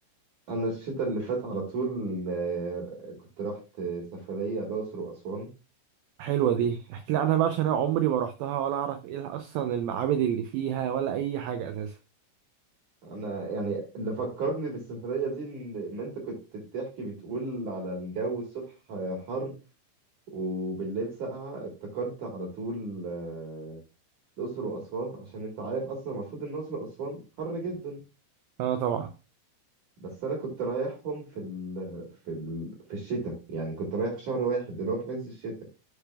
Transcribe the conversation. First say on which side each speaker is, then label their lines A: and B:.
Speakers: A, on the right (about 55°); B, on the right (about 85°).
A: انا الشتاء اللي فات على طول آه، كنت رحت سفرية الأقصر وأسوان
B: حلوة دي احكي لي عنها بقى عشان انا عمري ما رحتها ولا اعرف ايه اصلا المعابد اللي فيها ولا اي حاجة اساسا
A: انا يعني اللي فكرني بالسفريه دي ان إن انت كنت بتحكي بتقول على الجو الصبح حر وبالليل ساقعه افتكرت على طول آه، الاقصر واسوان عشان انت عارف اصلا المفروض ان الاقصر واسوان حر جدا
B: اه طبعا
A: بس انا كنت رايحهم في ال... في ال... في الشتاء يعني كنت رايح في شهر واحد اللي هو في عز الشتاء